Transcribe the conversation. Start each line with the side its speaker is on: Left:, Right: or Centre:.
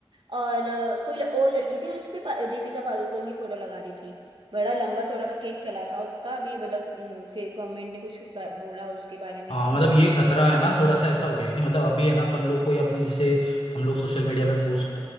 Right: और अ, कोई ल- और लड़की थी और उस पे पा- दीपिका पादुकोण की फोटो लगा दी थी बड़ा लंबा चौड़ा केस चला था उसका अभी मतलब अम, फिर गवर्नमेंट ने कुछ कर- बोला उसके बारे में
Left: हाँ
Right: कि
Left: मतलब
Right: हाँ
Left: ये
Right: ये
Left: खतरा
Right: बंद
Left: है ना थोड़ा सा ऐसा हो गया है कि मतलब अभी है ना अपन लोग कोई अपनी जैसे हम लोग सोशल मीडिया पे पोस्ट